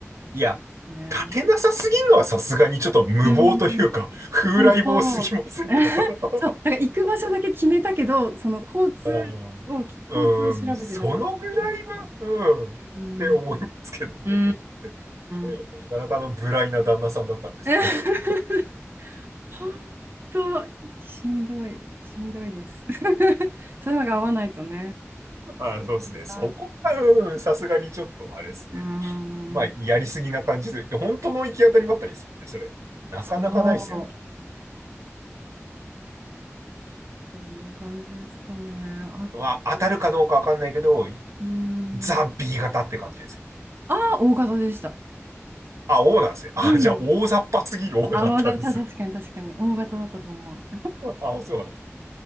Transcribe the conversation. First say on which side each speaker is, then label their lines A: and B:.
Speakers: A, on the right (about 90°); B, on the right (about 45°).
A: いや、
B: してますね。
A: 立てなさすぎるのはさすがにちょっと無謀というか、
B: うん。<laughs>
A: 風来坊すぎませんか
B: そうそう。<laughs>
A: <laughs>
B: そう、だから行く場所だけ決めたけど、その交通を、
A: あーうん、
B: 交通を調べてなかったっていう。
A: そのぐらいは、うん、
B: <laughs>
A: って思いますけどね。
B: うん。うー
A: うん。
B: ん。
A: なかなかあの無頼な旦那さんだったんですね。
B: <laughs> 本当、しんどい、しんどいです。<laughs> そういうのが合わないとね。
A: <laughs> あ、そうですね。そこは、
B: あ
A: うん、さすがにちょっと、あれですね。
B: うーん。
A: まあ、やりすぎな感じで、で本当の行き当たりばったりですよね、それ。なかなかないですよね。
B: そう。そんな感じですかね。あと、
A: は、当たるかどうかわかんないけど、
B: うー
A: ザ・
B: ん。
A: B 型って感じですよ。
B: ああ、大型でした。
A: あ、O なんですね。あ、
B: うん。
A: じゃあ、大雑把すぎる O
B: あ、
A: だったんです。
B: わざた確かに確かに。大型だったと思う。
A: あ、そうなんです。